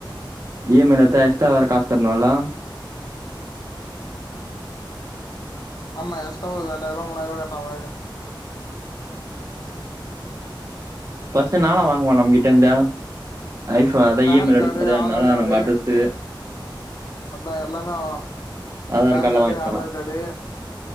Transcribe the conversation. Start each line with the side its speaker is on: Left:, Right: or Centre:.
Right: இ எம் ஐ ல எத்தா எஸ்டா வேற காச் கட்னுல்லா
Left: ஆமா எஸ்டா ஒரு ரெண்டாயர்வா மூனாயர்வா கட்றா <unintelligible>
Right: ஃபஸ்டு நாளா வாங்வா நம்கிட்டந்து ஐ ஃபோ அதா
Left: பேன்
Right: இ எம் ஐ ல
Left: கார்டு
Right: எடுக்மோது அன்னாலா
Left: ஆதார் கார்டு
Right: நம்ம அட்ரஸு
Left: அதா எல்லாமே <unintelligible>
Right: ஆதார்
Left: பேன்
Right: கார்ட்லா
Left: கார்டு
Right: வாங்கிப்பே
Left: Aadhaar
Right: நா
Left: card